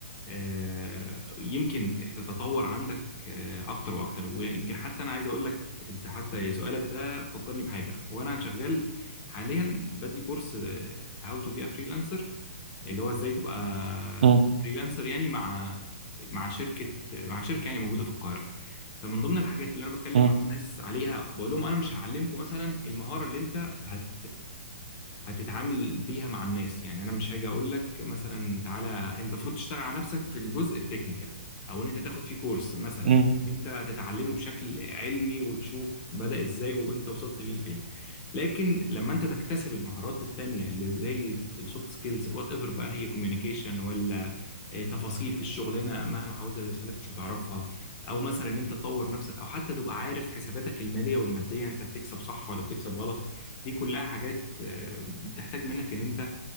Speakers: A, on the left; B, on the right.
A: آه، يمكن تتطور عندك آه، اكتر واكتر ويمكن حتى انا عايز اقول لك انت حتى سؤالك ده فكرني بحاجه وانا شغال حاليا بدي كورس هاو تو بي ا فريلانسر اللي هو ازاي تبقى
B: مم.
A: فريلانسر يعني مع مع شركه مع شركه يعني موجوده في القاهره فمن ضمن الحاجات اللي انا بتكلم
B: مم.
A: مع الناس عليها بقول لهم انا مش هعلمكم مثلا المهاره اللي انت هت هتتعامل بيها مع الناس يعني انا مش هاجي اقول لك مثلا تعالى انت المفروض تشتغل على نفسك في الجزء التكنيكال او ان انت تاخد فيه كورس مثلا
B: مم.
A: او ان انت تتعلمه بشكل علمي وتشوف بدأ ازاي وانت وصلت بيه لفين لكن لما انت تكتسب المهارات التانية اللي زي السوفت سكيلز وات ايفر بقى هي كوميونيكيشن ولا آه، تفاصيل في الشغلانه مهما حاولت تدرسها لك مش هتعرفها او مثلا ان انت تطور نفسك او حتى تبقى عارف حساباتك الماليه والماديه انت بتكسب صح ولا بتكسب غلط دي كلها حاجات آه، بتحتاج منك ان انت